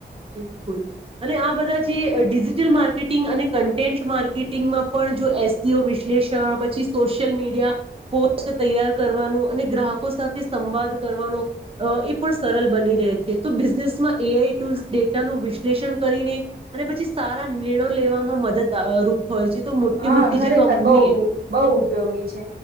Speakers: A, on the right (about 30°); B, on the right (about 60°).
A: બિલકુલ અને આ બધા જે અહ ડિજિટલ માર્કેટિંગ અને કન્ટેન્ટ માર્કેટિંગમાં પણ જો એસ સી ઓ વિશ્લેષણ પ છી સોશિયલ મીડિયા, પોસ્ટ તૈયાર કરવાનું અને ગ્રાહકો સાથે સંવાદ કરવાનો અહ એ પણ સરળ બની રહે છે. તો બિઝનેસમાં એ આઈ ટૂલ્સ ડેટાનું વિશ્લેષણ કરીને અને પછી સારા નિર્ણયો લેવામાં મદદ રૂપ હોય છે તો મોટી
B: હા
A: મોટી
B: ખરેખર
A: જે કંપની
B: બઉ બઉ ઉપયોગી છે